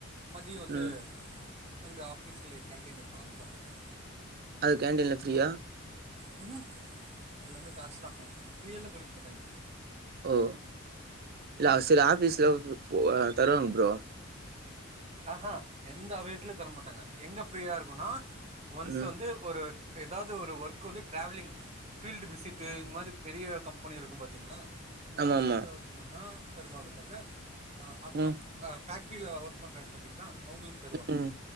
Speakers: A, on the right; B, on the right.
A: மதியோ வந்து
B: ம்
A: அங்க ஆஃபீஸ்லே கேன்டீன் இருக்கு அங்க சாப்ட்டுப்பே
B: அது கேண்டீன்ல ஃப்ரீயா
A: ம்ஹூ எல்லாமே காசு தா ஃப்ரி எல்லா குடுக்க மாட்டாங்க ப்ரோ
B: ஓ இல்ல சில ஆஃபீஸ்கள் கு அ தருவாங்க ப்ரோ
A: ஆஹா எந்த அவேட்லைு தரமாட்டாங்க எங்க ஃப்ரீயா இருக்குனா ஒன்ஸ்
B: ம்
A: வந்து ஒரு ஏதாவ்து ஒரு ஒர்க் வந்து ட்ராவலிங் ஃபீல்டு விசிட்டு இந்த மாரி பெரிய கம்பெனி இருக்கும் பாத்தீங்ளா அந்த
B: ஆமா
A: மாரி
B: ஆமா
A: இருக்றம் போதா தருவாங்க தவ்ர அ அத்மா
B: ம்
A: அ பேக்ட்ரியில ஒர்க் பண்றாங்க பாத்திங்ளா அவங்ளுக் தருவாங்க
B: ம்